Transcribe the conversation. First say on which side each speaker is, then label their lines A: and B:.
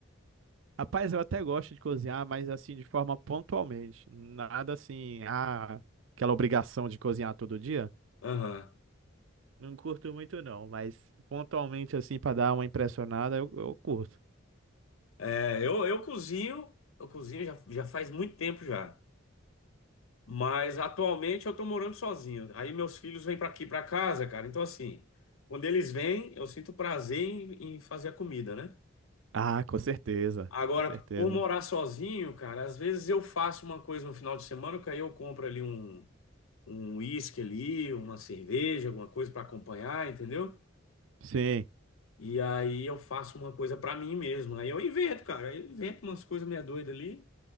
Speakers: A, on the right; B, on the left.
A: Rapaz, eu até gosto de cozinhar, mas assim, de forma pontualmente. Nada assim, ah, aquela obrigação de cozinhar todo dia.
B: Aham.
A: Não curto muito, não, mas pontualmente, assim, pra dar uma impressionada, eu, eu curto.
B: É, eu, eu cozinho, eu cozinho já, já faz muito tempo já. Mas atualmente eu tô morando sozinho. Aí meus filhos vêm para aqui para casa, cara. Então assim, quando eles vêm, eu sinto prazer em, em fazer a comida, né?
A: Ah, com certeza,
B: Agora,
A: com certeza.
B: por morar sozinho, cara, às vezes eu faço uma coisa no final de semana, que aí eu compro ali um um uísque ali, uma cerveja, alguma coisa para acompanhar, entendeu?
A: Sim.
B: E aí eu faço uma coisa para mim mesmo. Aí eu invento, cara. Eu invento umas coisas meia doidas ali.